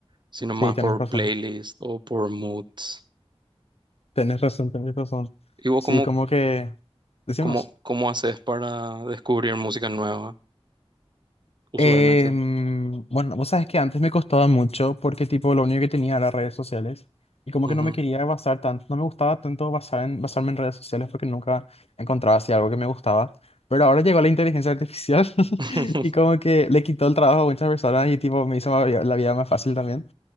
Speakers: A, on the right; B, on the left.
A: sino
B: sí,
A: más
B: tienes
A: por
B: razón.
A: playlist o por moods.
B: Tienes razón, tienes razón.
A: ¿Y vos
B: Sí,
A: cómo,
B: como que... Decímonos.
A: ¿Cómo, cómo haces para descubrir música nueva, usualmente?
B: Em, bueno, vos sabes que antes me costaba mucho porque tipo lo único que tenía era redes sociales y como
A: Ujú.
B: que no me quería basar tanto, no me gustaba tanto basar en, basarme en redes sociales porque nunca encontraba así algo que me gustaba. Pero ahora llegó la inteligencia artificial <laughs>
A: <laughs>
B: y como que le quitó el trabajo a muchas personas y tipo me hizo la vida la vida más fácil también.